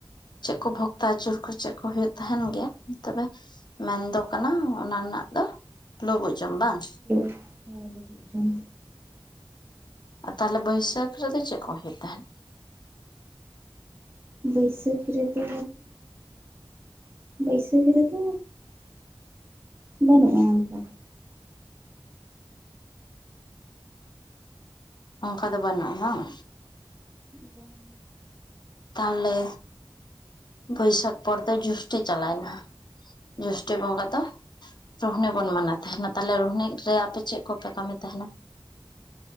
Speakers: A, on the left (about 55°); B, on the right (about 25°).
A: ᱪᱮᱫ ᱠᱚ ᱵᱷᱚᱠᱛᱟ ᱟᱹᱪᱩᱨ ᱠᱚ ᱪᱮᱫ ᱠᱚ ᱦᱩᱭᱩᱜ ᱛᱟᱦᱮᱸᱱ ᱜᱮᱭᱟ ᱛᱚᱵᱮ ᱢᱮᱱ ᱫᱚ ᱠᱟᱱᱟ ᱚᱱᱟ ᱨᱮᱱᱟᱜ ᱫᱚ ᱞᱩᱵᱩᱜ ᱡᱚᱢ ᱵᱟᱝ
B: <unintelligible> ᱞᱩᱵᱩᱜ ᱡᱚᱢ
A: ᱦᱮᱸ ᱛᱟᱞᱮ ᱵᱟᱹᱭᱥᱟᱹᱠᱷ ᱨᱮᱫᱚ ᱪᱮᱫ ᱠᱚ ᱦᱩᱭᱩᱜ ᱛᱟᱦᱮᱸᱫ
B: ᱵᱟᱹᱭᱥᱟᱹᱠᱷ ᱨᱮᱫᱚ ᱵᱟᱹᱭᱥᱟᱹᱠ ᱨᱮ ᱫᱚ ᱵᱟᱹᱱᱩᱜ-ᱟ ᱚᱱᱠᱟ
A: ᱚ ᱚᱱᱠᱟ ᱫᱚ ᱵᱟᱹᱱᱩᱜ-ᱟ ᱵᱟᱝ
B: ᱵᱟᱝ
A: ᱛᱟᱞᱮ ᱵᱟᱹᱭᱥᱟᱹᱠ ᱯᱚᱨ ᱫᱚ ᱡᱚᱥᱴᱤ ᱪᱟᱞᱟᱣᱮᱱᱟ ᱡᱚᱥᱴᱤ ᱵᱚᱸᱜᱟ ᱫᱚ ᱨᱩᱦᱱᱤ ᱵᱚᱱ ᱢᱟᱱᱟᱣ ᱛᱟᱦᱮᱸᱱᱟ ᱛᱟᱦᱞᱮ ᱨᱩᱦᱱᱤ ᱨᱮ ᱟᱯᱮ ᱪᱮᱫ ᱠᱚᱯᱮ ᱠᱟᱹᱢᱤ ᱛᱟᱦᱮᱸᱱᱟ